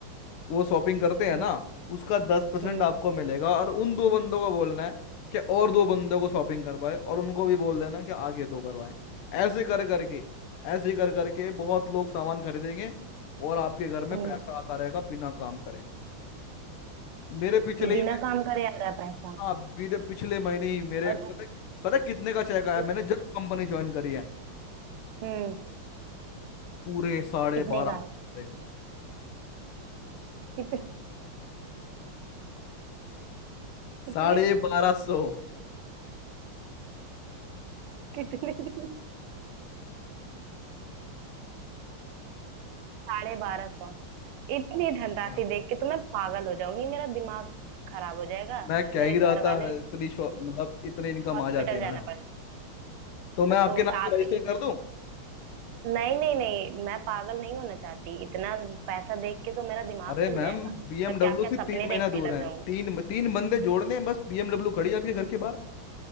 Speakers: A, on the left; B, on the right.
A: वो शॉपिंग करते हैं
B: हम्म
A: ना उसका दस परसेंट
B: हम्म
A: आपको मिलेगा और उन दो बंदों को बोलना है कि और दो बंदों को शॉपिंग करवाए और उनको भी बोल देना कि आगे दो करवाएं ऐसे कर करके ऐसे कर करके बहुत लोग सामान खरीदेंगे और आपके घर में
B: हम्म
A: पैसा आता रहेगा बिना काम करे मेरे पिछले
B: ये
A: ही
B: बिना काम करे आ रहा है पैसा
A: हाँ बीते पिछले महीने ही मेरे
B: और
A: पता पता कितने का चेक आया
B: जिस-
A: मैंने जब कंपनी ज्वाइन करी है
B: हम्म
A: पूरे साढ़े
B: कितने
A: बारह
B: का
A: सौ
B: है
A: का
B: कितने कितने
A: साढ़े
B: का
A: बारह सौ
B: कितने दिन साढ़े बारह सौ इतनी धनराशि
A: हाँ
B: देख के तो मैं पागल हो जाऊंगी मेरा दिमाग खराब हो जाएगा
A: मैं कह
B: मेरे
A: ही
B: घर
A: रहा था
B: वाले
A: इतनी शो- मतलब इतनी इनकम
B: हॉस्पिटल
A: आ जाती है
B: जाना
A: मैम
B: पड़ जाएगा
A: तो मैं आपके
B: तो
A: नाम
B: आप
A: पर रजिस्टर कर दूं
B: नहीं नहीं नहीं मैं पागल नहीं होना चाहती इतना पैसा देख के तो मेरा दिमाग
A: अरे
B: हिल
A: मैम
B: जाएगा
A: बीएमडब्ल्यू
B: मैं क्या क्या
A: से
B: सपने
A: तीन महीना
B: देखने
A: दूर
B: लग
A: है
B: जाऊंगी
A: तीन तीन बंदे जोड़ने हैं बस बीएमडब्ल्यू खड़ी है आपके
B: हम्म।
A: घर के बाहर